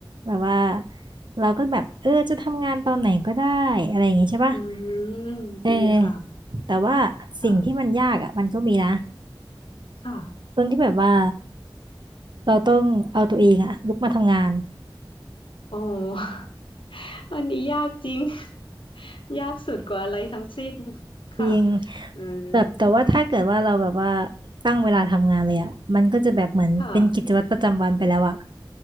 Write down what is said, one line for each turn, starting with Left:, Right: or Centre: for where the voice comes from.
Right: แบบว่าเราก็แบบเออจะทำงานตอนไหนก็ได้อะไรอย่างงี้ใช่ปะ
Left: อืมดีค่ะ
Right: เออแต่ว่าสิ่งที่มันยากอ่ะมันก็มีนะ
Left: ค่ะค่ะ
Right: ตรงที่แบบว่าเราต้องเอาตัวเองอ่ะลุกมาทำงาน
Left: โอ <laughs> อันนี้ยากจริง <laughs> ยากสุดกว่าอะไรทั้งสิ้นค่ะ
Right: จริง
Left: อืม
Right: แบบแต่ว่าถ้าเกิดว่าเราแบบว่าตั้งเวลาทำงานเลยอ่ะมันก็จะแบบเหมือนเป็นกิจวัตรประจำวันไปแล้วอ่ะ
Left: ค่ะ